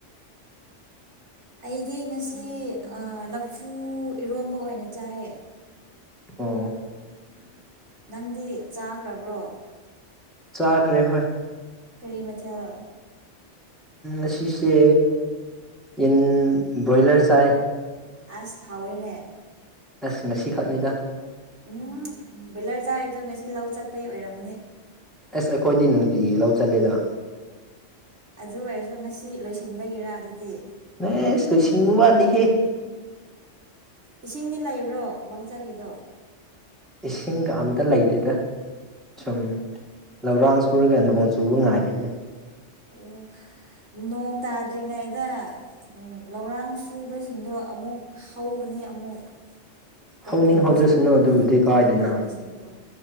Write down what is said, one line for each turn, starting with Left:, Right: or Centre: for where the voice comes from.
Centre: <unintelligible>
Right: ꯑꯩꯗꯤ ꯉꯁꯤ ꯂꯐꯨ ꯏꯔꯣꯝꯕ ꯑꯣꯏꯅ ꯆꯥꯏ
Centre: ꯑꯣ
Right: ꯅꯪꯗꯤ ꯆꯥꯈ꯭ꯔꯕ꯭ꯔꯣ
Centre: ꯆꯥꯈ꯭ꯔꯦ ꯍꯣꯏ
Right: ꯀꯔꯤ ꯃꯊꯦꯜ
Centre: ꯎ ꯁꯤꯁꯦ ꯌꯦꯟ ꯕꯣꯏꯂꯔ ꯆꯥꯏ
Right: ꯑꯁ ꯍꯥꯎꯋꯤꯅꯦ
Centre: ꯑꯁ ꯉꯁꯤꯈꯛꯅꯤꯗ
Right: ꯎꯝ ꯕꯣꯢꯂꯔ ꯆꯥꯔꯤꯗꯣ ꯉꯁꯤ ꯂꯧ ꯆꯠꯄꯩ ꯑꯣꯏꯔꯝꯃꯅꯤ
Centre: ꯑꯁ ꯑꯩꯈꯣꯏꯗꯤ ꯅꯨꯡꯇꯤꯒꯤ ꯂꯧ ꯆꯠꯂꯤꯗ
Right: ꯑꯗꯨ ꯑꯣꯏꯔꯁꯨ ꯉꯁꯤ ꯂꯣꯏꯁꯤꯟꯕꯒꯤꯔ ꯑꯗꯨꯗꯤ
Centre: ꯢꯁ ꯂꯣꯢꯁꯤꯟꯕ ꯋꯥꯥꯠꯂꯤꯍꯦ
Right: ꯏꯁꯤꯡꯗꯤ ꯂꯩꯕ꯭ꯔꯣ ꯂꯧ ꯆꯠꯂꯤꯗꯣ
Centre: ꯏꯁꯤꯡꯒ ꯑꯝꯇꯥ ꯂꯩꯇꯦꯗ ꯁꯨꯝ ꯂꯧꯔꯥꯡ ꯁꯨꯔꯒ ꯅꯣꯡ ꯆꯨꯕ ꯉꯥꯏꯔꯤꯕꯅꯤ
Right: ꯑꯣ ꯅꯣꯡ ꯇꯥꯗ꯭ꯔꯤꯉꯩꯗ ꯂꯧꯔꯥꯡ ꯁꯨꯕꯁꯤꯡꯗꯣ ꯑꯃꯨꯛ ꯍꯧꯒꯅꯤ ꯑꯃꯨꯛ ꯀ
Centre: ꯍꯧꯅꯤꯡ
Right: ꯀꯩꯅꯣꯁꯤꯡ
Centre: ꯍꯧꯖꯁꯅꯨ
Right: ꯅꯥꯄꯤ
Centre: ꯑꯗꯨꯕꯨꯗꯤ ꯀꯥꯏꯗꯅ
Right: ꯀꯩꯅꯣ ꯃꯥꯟꯕ ꯇꯝꯗꯣ